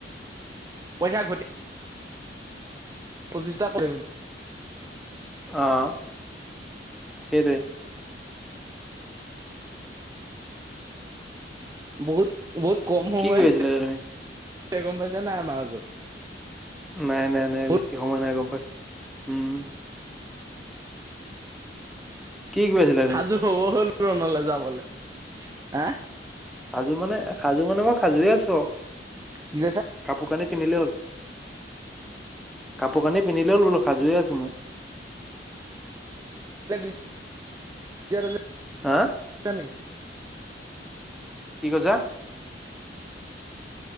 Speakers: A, on the right; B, in the centre.
A: পইচা ঘ পঁচিছটা কৰিব
B: অহ সেইটোৱে
A: বহুত বহুত কম সময়
B: কি কৰি
A: আছে
B: আছিলা এতিয়া তুমি
A: গম পাইছা নাই আমা ওচৰত
B: নাই নাই নাই
A: বহুত
B: বেছি সময় নাই গম পাইছো উম কি কৰি আছিলা তুমি
A: সাজু হব হল ৰণলে যাবলে হা
B: সাজু মানে সাজু মানে মই সাজুৱে আছো আৱ
A: কি কৈছা
B: কাপোৰ কানি পিন্ধিলে হ'ল কাপোৰ কানি পিন্ধিলে হ'ল বোলো সাজুৱে আছো মই
A: <unintelligible>
B: হা কি কৈছা